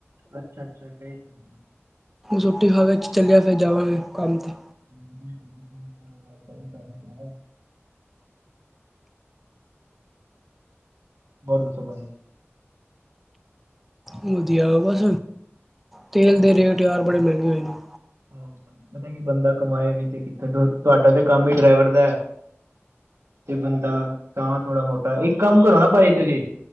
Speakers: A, on the right (about 80°); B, in the centre.
A: ਅੱਛਾ ਅੱਛਾ ਗਈ ਸੀ।
B: ਰੋਟੀ ਖਾਵੇ, ਚੱਲਿਆ ਫਿਰ ਜਾਵਾਂਗੇ ਕੰਮ ਤੇ।
A: ਕਰ ਹੈ <unintelligible> ਹੋਰ ਦੱਸੋ ਭਾਜੀ।
B: ਵਧੀਆ ਬਸ, ਤੇਲ ਦੇ ਰੇਟ ਯਾਰ ਬੜੇ ਮਹਿੰਗੇ ਹੋਏ ਨੇ।
A: ਆਹੋ ਭਾਜੀ, ਪਤਾ ਕੀ ਬੰਦਾ ਕਮਾਏ ਵੀ ਤੇ ਕਿੱਤਨਾ, ਤੁਹਾਡਾ ਤੇ ਕੰਮ ਹੀ ਡਰਾਈਵਰ ਦਾ ਹੈ। ਤੇ ਬੰਦਾ, ਤਾਂ ਥੋੜਾ ਮੋਟਾ, ਇੱਕ ਕੰਮ ਕਰੋ ਨਾ ਭਾਜੀ ਤੁਸੀਂ।